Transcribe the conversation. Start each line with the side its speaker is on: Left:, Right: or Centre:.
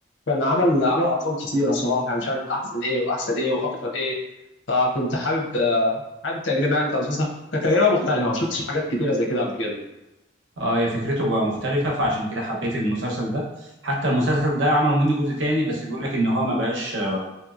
Left: كان عمل عمل أرقام كتيرة صراحة يعني مش عارف أحسن إيه وأحسن إيه وأكتر إيه فكنت حابب آه، حابب التجربة يعني بتاع المسلسل كانت تجربة مختلفة ما شفتش حاجات كتيرة زي كده قبل كده
Right: اه هي فكرته بقى مختلفة فعشان كده حبيت المسلسل ده حتى المسلسل ده عملوا منه جزء تاني بس بيقول لك ان هو ما بقاش آه،